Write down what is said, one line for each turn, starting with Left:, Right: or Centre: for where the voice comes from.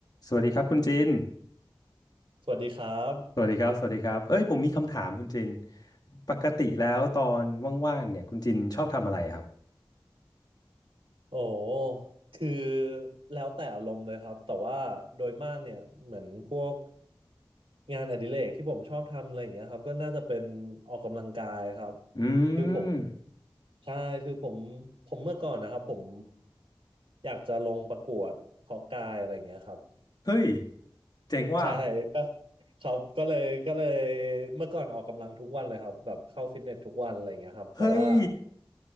Left: สวัสดีครับคุณจิน
Right: สวัสดีครับ
Left: สวัสดีครับ สวัสดีครับ เอ้ยผมมีคำถามคุณจินปกติแล้วตอนว่างๆ เนี่ยคุณจินชอบทำอะไรครับ
Right: โอ้คือแล้วแต่อารมณ์เลยครับ แต่ว่าโดยมากเนี่ยเหมือนพวกงานอดิเรกที่ผมชอบทำอะไรอย่างเงี้ยครับก็น่าจะเป็นออกกำลังกายครับ
Left: อืม
Right: คือผมใช่คือผมผมเมื่อก่อนนะครับผมอยากจะลงประกวดเพาะกายอะไรอย่างเงี้ยครับ
Left: เฮ้ยเจ๋งว่ะ
Right: ใช่ <laughs> ก็ครับก็เลยก็เลยเมื่อก่อนออกกำลังทุกวันเลยครับแบบเข้าฟิตเนสทุกวันอะไรอย่างเงี้ยครับแต่ว่า
Left: เฮ้ย